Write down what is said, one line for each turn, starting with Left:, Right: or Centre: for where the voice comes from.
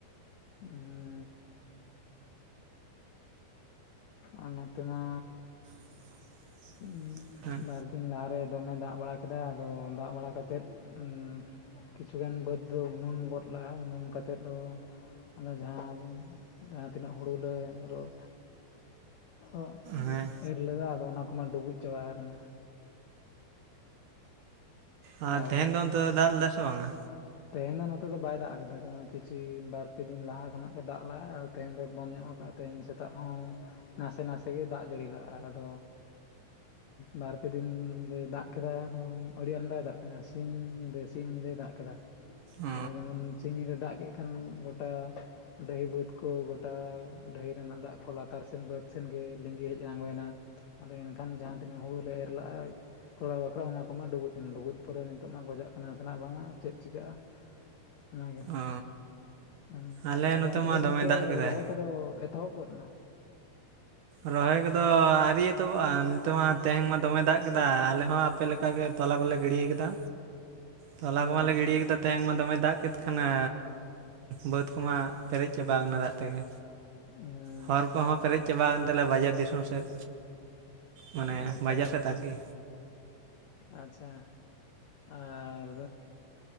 Left: ᱩᱸ ᱟᱨ ᱱᱚᱛᱮᱢᱟ
Right: <inaudible>
Left: ᱩᱸ
Right: ᱦᱮᱸ
Left: ᱵᱟᱨᱫᱤᱱ ᱞᱟᱦᱟᱨᱮ ᱫᱚᱢᱮ ᱫᱟᱜ ᱵᱟᱲᱟ ᱠᱮᱫᱟ ᱟᱫᱚ ᱫᱟᱜ ᱵᱟᱲᱟᱛᱮᱫ ᱩᱸ ᱠᱤᱪᱷᱩᱩᱜᱟᱱ ᱵᱟᱹᱫᱽ ᱫᱚ ᱩᱱᱩᱢ ᱜᱚᱫ ᱞᱮᱟᱜᱼᱟ ᱩᱱᱩᱢ ᱠᱟᱛᱮᱫ ᱫᱚ ᱟᱫᱚ ᱡᱟᱦᱟᱸ ᱡᱟᱦᱟᱸᱛᱤᱱᱟᱹᱜ ᱦᱩᱲᱩᱞᱮ ᱨ ᱼ ᱚᱜ ᱮᱨ
Right: ᱦᱮᱸ
Left: ᱤᱨ ᱞᱟᱹᱭᱟ ᱟᱫᱚ ᱚᱱᱟ ᱠᱚᱢᱟ ᱰᱩᱵᱩᱡ ᱪᱟᱵᱟ ᱠᱟᱱᱟ
Right: ᱚ
Left: ᱦᱳᱭ
Right: ᱟᱨ ᱛᱮᱦᱮᱧ ᱫᱚ ᱚᱱᱛᱮ ᱫᱚᱭ ᱫᱟᱜ‌ ᱞᱮᱫᱟ ᱥᱮ ᱵᱟᱝᱟ
Left: ᱛᱮᱦᱮᱧ ᱫᱚ ᱱᱚᱛᱮ ᱫᱚ ᱵᱟᱭ ᱫᱟᱜ ᱠᱟᱫᱟ ᱠᱤᱪᱷᱩ ᱵᱟᱨᱯᱮ ᱫᱤᱱ ᱞᱟᱦᱟ ᱠᱷᱚᱱᱟᱜ ᱜᱮ ᱫᱟᱜ ᱞᱟᱜ-ᱟᱭ ᱟᱨ ᱛᱮᱦᱮᱧ ᱫᱚ ᱵᱚᱱ ᱧᱚᱜ ᱠᱟᱜᱼᱟ ᱛᱮᱦᱮᱧ ᱥᱮᱛᱟᱜ ᱦᱚᱸ ᱱᱟᱥᱮ ᱱᱟᱥᱮ ᱜᱮ ᱫᱟᱜ ᱡᱟᱹᱲᱤ ᱞᱟᱜᱼᱟᱭ ᱟᱫᱚ ᱵᱟᱨ ᱯᱮ ᱫᱤᱱ ᱫᱚᱭ ᱫᱟᱜ ᱠᱮᱫᱟᱭ ᱟᱫᱚ ᱟᱹᱰᱤ ᱟᱢᱫᱟᱭ ᱫᱟᱜ ᱠᱮᱫᱟ ᱥ ᱥᱤᱝ ᱧᱤᱫᱟᱹ ᱥᱤᱧ ᱧᱤᱫᱟᱹᱭ ᱫᱟᱜ ᱠᱮᱫᱟ
Right: ᱚ
Left: ᱟᱫᱚ ᱡᱮᱢᱚᱱ ᱥᱤᱧ ᱧᱤᱫᱟᱹ ᱫᱟᱜ ᱠᱮᱫ ᱠᱷᱟᱱ ᱜᱚᱴᱟ ᱰᱟᱹᱦᱤ ᱵᱟᱹᱫᱽ ᱠᱚ ᱜᱚᱴᱟ ᱰᱟᱹᱦᱤ ᱨᱮᱱᱟᱜ ᱫᱟᱜ ᱠᱚ ᱞᱟᱛᱟᱨ ᱥᱮᱱ ᱵᱟᱹᱫ ᱥᱮᱱᱜᱮ ᱞᱤᱸᱜᱤ ᱦᱮᱡ ᱟᱬᱜᱚᱭᱮᱱᱟ ᱟᱫᱚ ᱮᱱᱠᱷᱟᱱ ᱡᱟᱦᱟᱸ ᱛᱤᱱᱟᱹᱜ ᱦᱩᱲᱩᱞᱮ ᱮᱨ ᱞᱟᱜᱼᱟ ᱛᱷᱚᱲᱟ ᱵᱟᱠᱷᱨᱟ ᱚᱱᱟ ᱠᱚᱢᱟ ᱰᱩᱵᱩᱡ ᱮᱱᱟ ᱰᱩᱵᱩᱡ ᱯᱚᱨᱮ ᱱᱤᱛᱚᱜ ᱢᱟ ᱜᱚᱡᱚᱜ ᱠᱟᱱᱟ ᱱᱟᱥᱮ ᱱᱟᱜ ᱵᱟᱝᱟ ᱪᱮᱫ ᱪᱤᱠᱟᱹᱜᱼᱟ ᱚᱱᱟᱜᱮ
Right: ᱚ
Left: ᱦᱩᱸ
Right: ᱟᱞᱮ
Left: ᱟᱫᱚ
Right: ᱱᱚᱛᱮ
Left: ᱚᱱᱛᱮ
Right: ᱢᱟ
Left: ᱫᱚ
Right: ᱫᱚᱢᱮ
Left: ᱜᱚᱝᱠᱮ
Right: ᱫᱟᱜ ᱠᱮᱫᱟᱭ
Left: ᱨᱚᱦᱚᱭ ᱠᱚᱫᱚ ᱮᱛᱚᱦᱚᱵ ᱜᱚᱫ ᱱᱟ
Right: ᱨᱚᱦᱚᱭ ᱠᱚᱫᱚ ᱟᱹᱨᱤᱭ ᱮᱛᱚᱵᱚᱜᱼᱟ ᱱᱛᱮ ᱢᱟ ᱛᱮᱦᱧ ᱢᱟ ᱫᱚᱢᱮ ᱫᱟᱜ ᱠᱮᱫᱟ ᱟᱞᱮ ᱦᱚᱸ ᱟᱯᱮ ᱞᱮᱠ ᱼᱼ ᱚᱱᱠᱟ ᱜᱮ ᱛᱚᱞᱟ ᱠᱚᱞᱮ ᱜᱤᱰᱤ ᱠᱟᱫᱟ ᱛᱚᱞᱟ
Left: ᱦᱮᱸ
Right: ᱠᱚᱢᱟᱞᱮ ᱜᱤᱰᱤ ᱠᱟᱫᱟ ᱼᱼ ᱛᱮᱦᱮᱧ ᱢᱟ ᱫᱚᱢᱮ ᱫᱟᱜ ᱠᱮᱫ ᱠᱷᱟᱱᱮ ᱵᱟᱹᱫᱽ ᱠᱚᱢᱟ ᱯᱮᱨᱮᱡ ᱪᱟᱵᱟ ᱠᱟᱱᱟ ᱫᱟᱜ ᱛᱮᱜᱮ
Left: ᱦᱩᱸ
Right: ᱦᱚᱨ ᱠᱚᱦᱚᱸ ᱯᱮᱨᱮᱡ ᱪᱟᱵᱟ ᱠᱟᱱ ᱛᱟᱞᱮᱭᱟ ᱵᱟᱡᱟᱨ ᱫᱤᱥᱚᱢ ᱥᱮᱫ ᱢᱟᱱᱮ
Left: ᱟᱪᱪᱷᱟ
Right: ᱵᱟᱡᱟᱨ ᱥᱮᱫ ᱟᱨᱠᱤ
Left: ᱟᱪᱪᱷᱟ ᱟᱨ